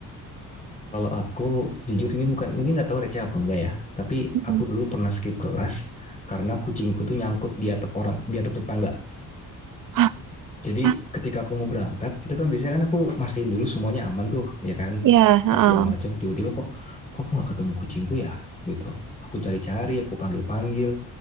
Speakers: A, on the left; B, on the right.
A: Kalau aku jujur ini bukan, mungkin nggak tahu receh apa enggak ya. Tapi
B: Mm-mm.
A: aku dulu pernah skip kelas karena kucingku tuh nyangkut di atap orang, di atap tetangga.
B: Ah,
A: Jadi
B: ah,
A: ketika aku mau berangkat, itu kan biasanya kan aku mastiin dulu semuanya aman tuh, ya kan?
B: ya,
A: Apa
B: ah,
A: segala macam. Tiba-tiba kok, kok aku nggak ketemu kucingku ya? Gitu. Aku cari-cari, aku panggil-panggil.